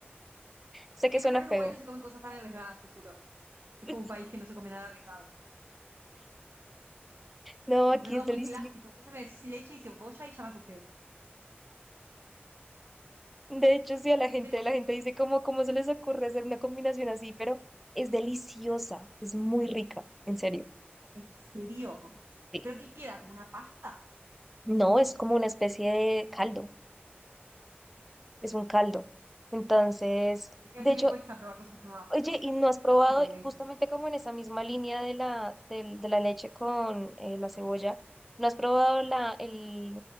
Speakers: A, in the centre; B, on the right.
A: sé
B: Que
A: que suena
B: acá en Uruguay
A: feo.
B: no se comen cosas tan arriesgadas, te juro. Es
A: <laughs>
B: como un país que no se come nada arriesgado.
A: No,
B: Como
A: aquí
B: que todo
A: es delicioso.
B: muy clásico. Entonces me decís leche y cebolla y ya me asusté.
A: De hecho, sí, a la gente,
B: Pero,
A: la gente dice como, ¿cómo se les ocurre hacer una combinación así? Pero es deliciosa, es muy rica, en serio.
B: ¿en serio?
A: Sí.
B: ¿Pero qué queda? ¿Como una pasta?
A: No, es como una especie de caldo, es un caldo. Entonces,
B: Es que
A: de
B: a mí me
A: hecho,
B: cuesta probar cosas nuevas,
A: oye,
B: pero
A: ¿y no has probado
B: capaz que le dé.
A: justamente como en esa misma línea de la, del- de la leche con eh, la cebolla? ¿No has probado la, el,